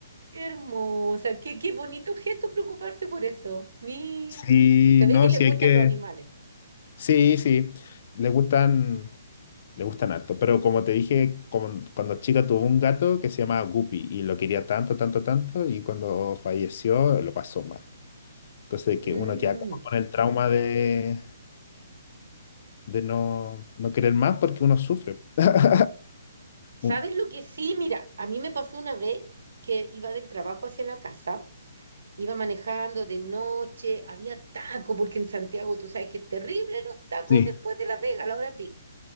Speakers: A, on the right; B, on the left.
A: qué hermosa, qué, qué bonito gesto preocuparse por eso. Mi,
B: Sí,
A: se
B: no,
A: ve que le
B: sí
A: gustan
B: hay que...
A: los animales.
B: Sí, sí, le gustan, le gustan harto, pero como te dije, como- cuando chica tuvo un gato que se llamaba Guppy y lo quería tanto, tanto, tanto y cuando falleció lo pasó mal. Entonces,
A: Mm,
B: que uno queda como con el trauma de, de no, no querer más porque uno sufre. <laughs>
A: ¿Sabes
B: Uh,
A: lo que sí? Mira, a mí me pasó una vez que iba del trabajo hacia la casa, iba manejando de noche, había taco, porque en Santiago tú sabes que es terrible los tacos
B: Sí.
A: después de la pega, a la hora pico